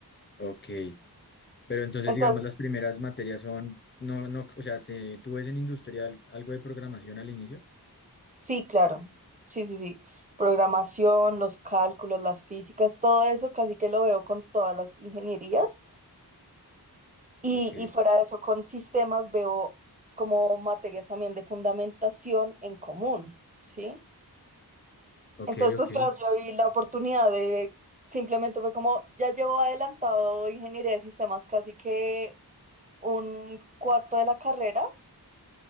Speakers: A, on the left (about 30°); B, on the right (about 20°).
A: Ok, pero entonces
B: Entonces,
A: digamos las primeras materias son, no, no, o sea, te, ¿tú ves en industrial algo de programación al inicio?
B: sí, claro, sí, sí, sí. Programación, los cálculos, las físicas, todo eso casi que lo veo con todas las ingenierías. Y,
A: Ok,
B: y fuera de eso, con sistemas veo como materias también de fundamentación en común, ¿sí?
A: ok,
B: Entonces, pues
A: ok,
B: claro, yo vi la oportunidad de, simplemente fue como, ya llevo adelantado ingeniería de sistemas casi que un cuarto de la carrera